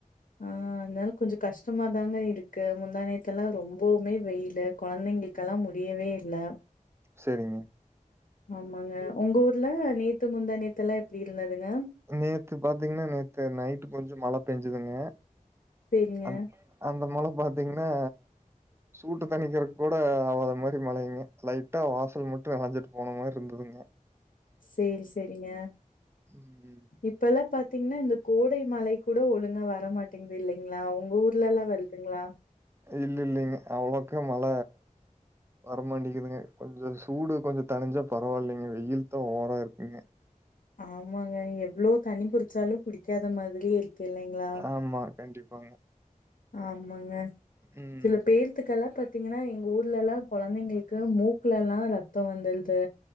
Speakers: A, on the left (about 70°); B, on the right (about 20°).
A: அ அதனால கொஞ்சோ கஷ்டமாதாங்க இருக்கு முந்தாணேத்தெல்லா ரொம்பவுமே வெயிலு கொழந்தைங்களுக்கெல்லா முடியவே இல்ல
B: செரிங்க
A: ஆமாங்க உங்க ஊர்ல நேத்து முந்தா நேத்துல்லா எப்டி இருந்ததுங்க
B: நேத்து பாத்தீங்கன்னா நேத்து நைட்டு் கொஞ்சோ மழ பெஞ்சுதுங்க
A: சரிங்க.
B: அந் அந்த மழ பாத்தீங்கன்னா சூட்டு தணிக்கிறக் கூட அவாத மாரி மழையுங்க லைட்டா வாசல் மட்டு நெனஞ்சிட்டு போன மாரி இருந்த துங்க
A: சேரி சேரிங்க
B: ம்
A: இப்பெல்லா பாத்தீங்கன்னா இந்த கோடை மழை கூட ஒழுங்கா வரமாட்டேங்குது இல்லிங்ளா உங்க ஊர்லல்லா வருதுங்ளா
B: இல்லில்லிங்க அவ்ளக்கா மழ வரமாட்டேங்குதுங்க கொஞ்சோ சூடு கொஞ்சோ தனிஞ்சா பரவாயில்லிங்க வெயில்தா ஓவரா இருக்குதுங்க
A: ஆமாங்க எவ்ளோ தண்ணி குடிச்சாலு குடிக்காத மாரியே இருக்கு இல்லிங்ளா
B: ஆமா கண்டிப்பாங்க
A: ஆமாங்க
B: ம்
A: சில பேர்த்துக்கெல்லா பாத்தீங்கன்னா எங்க ஊர்ல எல்லா கொழந்தைங்களுக்கு மூக் குல எல்லா ரெத்தோ வந்துருது